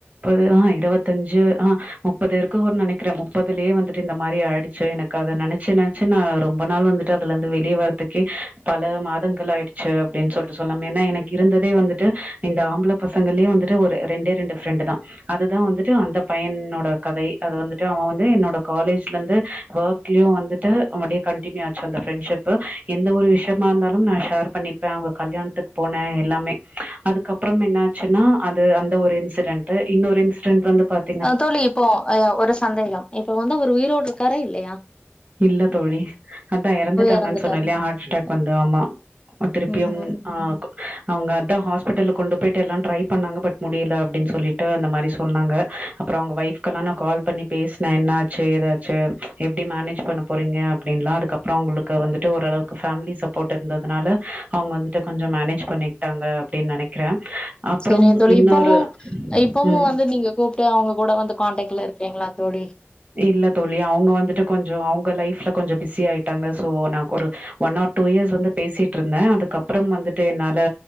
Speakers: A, on the right; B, on the left.
A: முப்பது ஆ இருவத்தஞ்சு ஆ முப்பது இருக்குன் நெனைக்கிறே முப்பதுலயே வந்துட்டு இந்த மாரி ஆய்டுச்சு எனக்கு அத நெனச்சு நெ ச்சு நா ரொம்ப நாள் வந்துட்டு அதுல இருந்து வெளிய வரத்துக்கே பல மாதங்கள் ஆய்டுச்சு அப்டின் சொல்ட்டு சொல்லாம் எனா எனக் இருந்ததே வந்துட்டு இந்த ஆம்பல பசங்கள்லயே வந்துட்டு ஒரு ரெண்டே ரெண்டு ஃப்ரெண்டுதா அதுதா வந்துட்டு அந்த பையனோட கதை அது வந்துட்டு அவ வந்து என்னோட காலேஜ்ல இருந்து ஒர்க் லியு வந்துட்டு அப்டியே கண்டினியூ ஆச்சு அந்த ஃப்ரெண்ஷிப்பு எந்த ஒரு விஷயமா இருந்தாலு நா ஷேர் பண்ணிப் ப்ப அவுங்க கல்யாணத்துக் போனே எல்லாமே அதுக்கப்பறம் என்னாச்சுன்னா அது அந்த ஒரு இன்சிடென்ட் டு இன்னொரு இன்சிடெட் வந்து பாத்
B: ஆ தோழி இப்போ ஆ ஒரு சந்தேகம் இப்போ வந்து அவரு உயிரோடு இருக்காரா இல்லியா
A: இல்ல தோழி அதா எறந்துட்டாங்கன்
B: எறந்துட்டாரு
A: சொன்ன இல்லியா ஹார்ட் அட்டாக் வந்து ஆமா ஒ திருப்பியும்
B: ம் ம்
A: ஆ அவுங்க அத்தா ஹாஸ்பிடிட்டல்ல கொண்டு போய்ட்டு எல்லா ட்ரை பண்ணாங்க பட் முடில அப்டின் சொல்லிட்டு அந்த மாரி சொன்னாங்க அப்பறோ அவுங்க ஃவைப்கல்லா நா கால் பண்ணி பேசுனே என்ன ஆச்சு ஏதாச்சு எப்டி மேனேஜ் பண்ண போறீங்க அப்டின்லா அதுக்கப்பறோ அவுங்களுக்கு வந்துட்டு ஓரளவுக்கு ஃபமிலி சப்போட் இருந்ததுனால அவுங்க வந்துட்டு கொஞ்சோ மேனேஜ் பண்ணிக்கிட்டாங்க அப்டின் நெனைக்கிறே அப்புறம்
B: சேரிங்க தோழி
A: இன்னொரு
B: இப்பமு இப்பமு
A: ம்
B: வந்து நீங்க கூப்ட்டு அவுங்ககூட வந்து காண்டக்ட்ல இருக் கீங்ளா தோழி
A: இல்ல தோழி அவுங்க வந்துட்டு கொஞ்சோ அவுங்க லைஃப்ல கொஞ்சோ பிஸி ஆய்ட்டாங்க சோ நா ஒரு ஒன் ஆர் டூ இயர்ஸ் வந்து பேசிட்ருந்தே அதுக்கப்பறம் வந்துட்டு என்னால